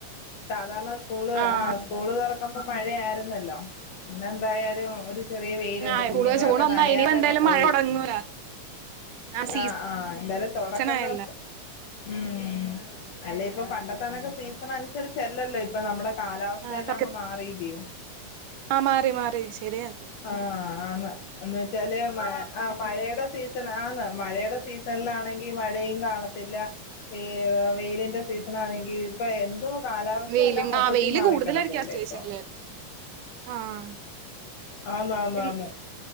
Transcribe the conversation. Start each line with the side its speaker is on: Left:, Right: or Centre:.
Left: സാധാരണ സ്കൂള്
Right: ആഹ്
Left: ആ സ്കൂള് തുറക്കും ഇപ്പ മഴയായിരുന്നല്ലോ പിന്നെന്തായാലും ഒരീസ് ചെറിയ വെയിലുണ്ട്
Right: ആഹ്
Left: കുഞ്ഞുങ്ങളക്ക്
Right: കൂടുതൽ ജൂൺ ഒന്നായി
Left: നനയാതങ്ങു
Right: ഇനിയിപ്പോ എന്തായാലും
Left: പോയി
Right: മഴ തുടങ്ങൂല ആ സീസൺ
Left: ആഹ് ആഹ് എന്തായാലും തൊടക്കം
Right: ആയല്ല
Left: ദിവസം ഉം അല്ലയിപ്പൊ പണ്ടത്തണക്ക് സീസൺ അനുസരിച്ചല്ലല്ലോ ഇപ്പൊ നമ്മുടെ കാലാവസ്ഥ
Right: ആഹ്
Left: എല്ലാം അങ്ങ് മാറിയില്ലയോ
Right: ആ മാറി മാറി ശരിയാ
Left: ആഹ് ആന്ന് എന്നുവെച്ചാല് മ മഴയുടെ സീസൺ ആന്ന് മഴയുടെ സീസണിലാണെങ്കിൽ മഴയും കാണത്തില്ല വെ വെയിലിന്റെ സീസണാണെങ്കിൽ ഇപ്പൊ എന്തോ കാലാവസ്ഥയെല്ലാം
Right: വെയിലും
Left: മൊത്തത്തിൽ
Right: ആ വെയില്
Left: മാറിക്കിടക്കുവല്ലേ
Right: കൂടുതലായിരിക്കും ആ സ്റ്റേഷനിൽ
Left: ഇപ്പൊ
Right: ആഹ്
Left: ആന്ന് ആന്ന്
Right: പിള്
Left: ആന്ന്